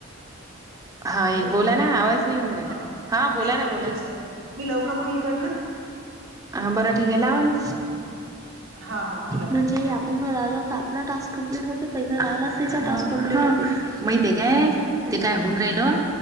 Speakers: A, on the right; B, on the right.
A: हा
B: हॅलो
A: बोला ना आवाज नाही येऊन राहिला
B: ह ह
A: हा बोला
B: नाही
A: ना
B: कमी
A: बोला
B: जास्त
A: ना
B: होती मी लावू का मग इकडनं
A: हा बरं ठीक आहे लावा ना
B: हा हा मी लावते
A: म्हणजे पुन्हा लावला आपला टास्क कंप्लिट होते पहिला लावला तिचा टास्क कंप्लिट होते माहिते काय ते काय होऊन राहिलं